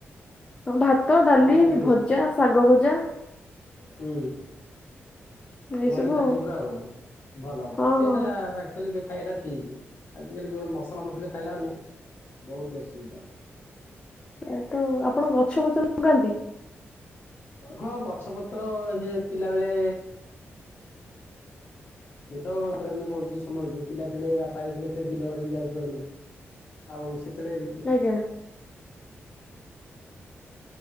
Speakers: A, on the left (about 20°); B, on the left (about 50°).
A: ହଁ ଭାତ ଡାଲି
B: କଣ ଖାଇଥିଲେ?
A: ଭଜା ଶାଗ ଭଜା।
B: ହୁଁ।
A: ଏଇ
B: ଘରୋଇ
A: ସବୁ
B: ଖାଦ୍ୟ ପୁରା ଆଉ ଭଲ ଭଲ
A: ଆଉ
B: ସେଇଟା
A: ହଁ ହଁ
B: ଭା ଚୁଲି କେ ଖାଇବା ଟା ଠିକ୍ ଆଜିକାଲି ଯୋଉ ମସଲା ମସଲି ଖାଇଲା ମାନେ ବହୁତ ଅସୁବିଧା।
A: ସେଇଆ ତ ଆପଣ ଆଉ ଗଛ ପଛ ଲଗାନ୍ତି?
B: ହଁ ଗଛ ପତ୍ର ସେ ପିଲାବେଳେ ଏବେ ତ ପ୍ରେମେ କରୁଚୁ ସମାଳୁଚୁ ପିଲା ଥିଲେ ବାପା ଯେତେ ବେଳେ ଥିଲେ ତେ ବିଲ ବାଡିକି ଯାଉଚୁ ଆମେ। ଆଉ ସେତେବେଳେ
A: ଆଜ୍ଞା।